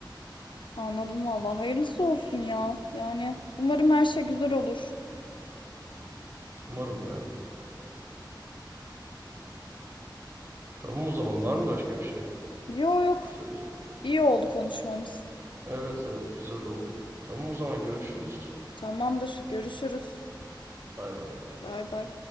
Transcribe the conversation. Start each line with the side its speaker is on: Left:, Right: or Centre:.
Left: anladım valla. Hayırlısı olsun ya. Yani umarım her şey güzel olur.
Right: Umarım ya. Tamam o zaman var mı başka bir şey
Left: Yo yok.
Right: söyleyeceğim?
Left: İyi oldu konuşmamız.
Right: Evet evet güzel oldu. Tamam o zaman görüşürüz.
Left: Tamamdır. Görüşürüz.
Right: Bay bay.
Left: Bay bay.